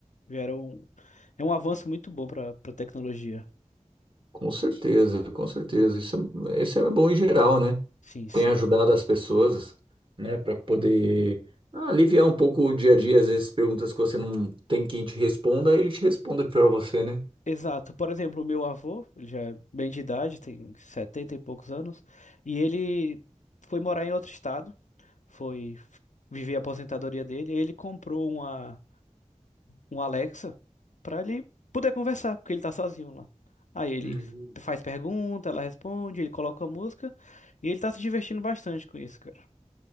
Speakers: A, on the left; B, on the right.
A: Vieram. É um avanço muito bom para para tecnologia.
B: Com certeza, com certeza. Isso é, isso é bom em geral, né?
A: Sim, sim.
B: Tem ajudado as pessoas, né, para poder aliviar um pouco o dia a dia, às vezes perguntas que você não tem quem te responda, ele te responde para você, né?
A: Exato. Por exemplo, o meu avô, ele já é bem de idade, tem 70 e poucos anos, e ele foi morar em outro estado, foi f- viver a aposentadoria dele, e ele comprou uma, um Alexa para ele poder conversar, porque ele tá sozinho lá. Aí ele
B: Uhum.
A: f- faz pergunta, ela responde, ele coloca a música, e ele tá se divertindo bastante com isso, cara.